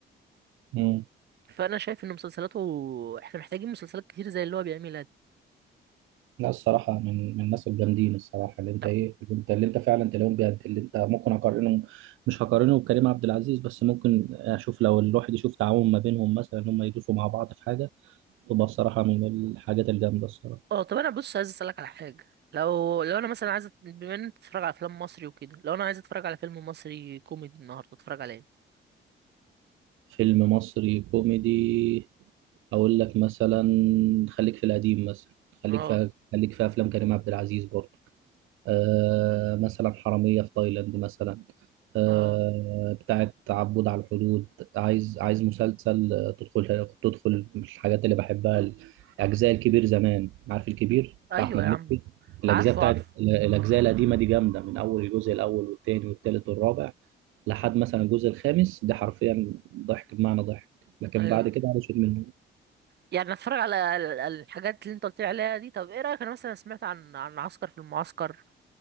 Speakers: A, on the right; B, on the right.
A: مم.
B: فانا شايف ان مسلسلاته احنا محتاجين مسلسلات كتير زي اللي هو بيعملها دي
A: لا الصراحة من من الناس الجامدين الصراحة اللي انت
B: طب
A: ايه اللي انت اللي انت فعلا تلاقيهم بجد اللي انت ممكن اقارنهم مش هقارنه بكريم عبد العزيز بس ممكن اشوف لو الواحد يشوف تعاون ما بينهم مثلا ان هم يدوسوا مع بعض في حاجة تبقى الصراحة من الحاجات الجامدة الصراحة
B: اه طب انا بص عايز اسالك على حاجه لو لو انا مثلا عايز أت- بما ان انت بتتفرج على افلام مصري وكده لو انا عايز اتفرج على فيلم مصري كوميدي النهارده اتفرج على ايه
A: فيلم مصري كوميدي اقول لك مثلا خليك في القديم مثلا خليك
B: اه
A: في خليك في افلام كريم عبد العزيز برضه آه مثلا حرامية في تايلاند مثلا آه
B: اه
A: بتاعة عبود على الحدود عايز عايز مسلسل آه، تدخل تدخل مش الحاجات اللي بحبها الأجزاء الكبير زمان عارف الكبير
B: ايوه
A: بتاع أحمد
B: يا
A: مكي
B: عم
A: الأجزاء
B: عارفه
A: بتاعت
B: عارفه
A: الأجزاء القديمة دي جامدة من أول الجزء الأول والتاني والتالت والرابع لحد مثلا الجزء الخامس ده حرفيا ضحك بمعنى ضحك لكن
B: ايوه
A: بعد كده علشان من
B: يعني اتفرج على ال- الحاجات اللي انت قلت لي عليها دي طب ايه رايك انا مثلا سمعت عن عن عسكر في المعسكر